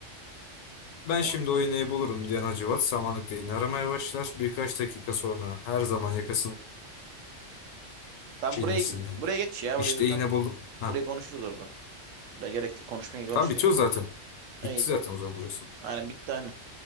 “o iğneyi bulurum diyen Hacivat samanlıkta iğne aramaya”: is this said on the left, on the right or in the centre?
Left